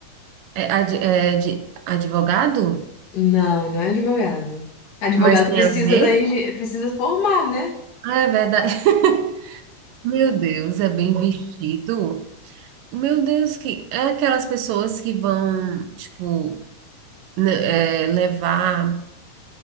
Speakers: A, on the right; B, on the left.
A: é, ad- é de advogado?
B: Não, não é advogado. Advogado
A: Mas tem
B: precisa
A: a ver?
B: da engen- precisa formar, né?
A: Ah, é verdade. <laughs> Meu Deus, é bem vestido. Meu Deus, que é aquelas pessoas que vão, tipo, ne- é, levar,